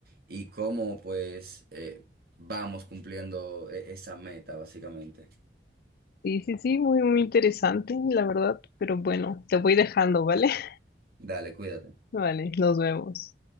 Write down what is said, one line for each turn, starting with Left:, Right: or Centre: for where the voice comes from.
Right: y cómo pues eh, vamos cumpliendo e- esa meta básicamente.
Left: Sí, sí, sí, muy, muy interesante, la verdad, pero bueno, te voy dejando, ¿vale? <laughs>
Right: Dale, cuídate.
Left: Vale, nos vemos.